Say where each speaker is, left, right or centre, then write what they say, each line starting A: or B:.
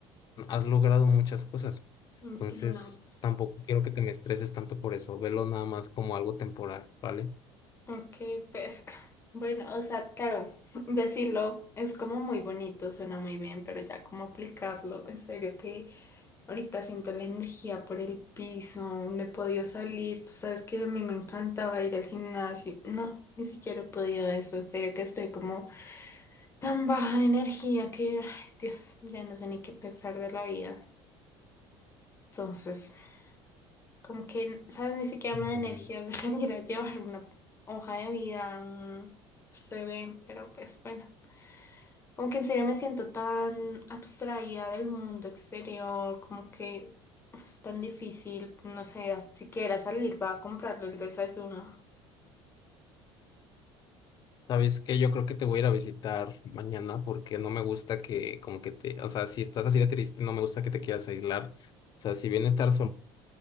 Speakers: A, on the left; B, on the left.
A: has logrado muchas cosas.
B: entiendo.
A: Entonces, tampoco quiero que te me estreses tanto por eso. Velo nada más como algo temporal, ¿vale?
B: Ok, pues <laughs> bueno, o sea, claro, <laughs> decirlo es como muy bonito, suena muy bien, pero ya cómo aplicarlo, en serio que ahorita siento la energía por el piso, no he podido salir, tú sabes que a mí me encantaba ir al gimnasio, no, ni siquiera he podido eso, en serio que estoy como tan baja de energía que, ay, Dios, ya no sé ni qué pensar de la vida. Entonces... Como que, ¿sabes? Ni siquiera
A: Ujú.
B: me da energías de <laughs> salir a llevar una hoja de vida, un CV, pero pues bueno. Como que en serio me siento tan abstraída del mundo exterior, como que es tan difícil, no sé, siquiera salir va a comprarle el desayuno.
A: ¿Sabes qué? Yo creo que te voy a ir a visitar mañana porque no me gusta que, como que te, o sea, si estás así de triste, no me gusta que te quieras aislar. O sea, si bien estar solo